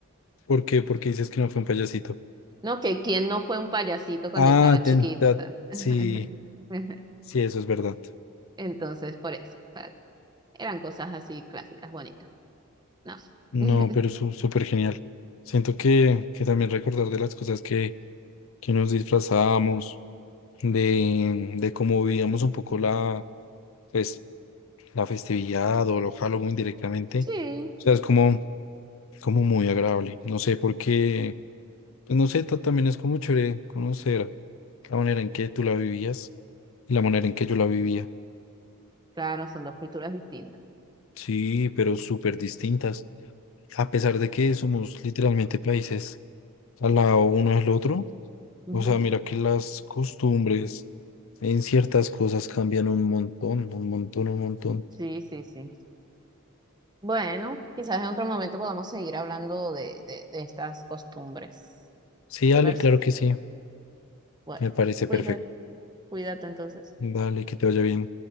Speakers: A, on the left; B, on the right.
A: ¿Por qué? Porque dices que no fue un payasito.
B: no, que quién no fue un payasito cuando
A: Ah,
B: estaba
A: tenta.
B: chiquito, o sea.
A: Sí,
B: <laughs>
A: sí, eso es verdad.
B: Entonces, por eso, o sea, eran cosas así clásicas, bonitas. No sé.
A: No,
B: <laughs>
A: pero su- súper genial. Siento que, que también recordar de las cosas que, que nos disfrazábamos, de, de cómo vivíamos un poco la, pues, la festividad o lo Halloween directamente.
B: Sí,
A: O sea, es como. como muy agradable. No sé por qué, pues no sé, ta- también es como chévere conocer la manera en que tú la vivías y la manera en que yo la vivía.
B: claro, son dos culturas distintas.
A: Sí, pero súper distintas. A pesar de que somos literalmente países al lado uno del otro,
B: Ujú,
A: o sea, mira que las costumbres en ciertas cosas cambian un montón, un montón, un montón.
B: Sí, sí, sí. Bueno, quizás en otro momento podamos seguir hablando de, de, de estas costumbres.
A: Sí, dale,
B: ¿Te parece?
A: claro que sí,
B: Bueno,
A: me parece
B: cuídate,
A: perfecto.
B: cuídate entonces.
A: Dale, que te vaya bien.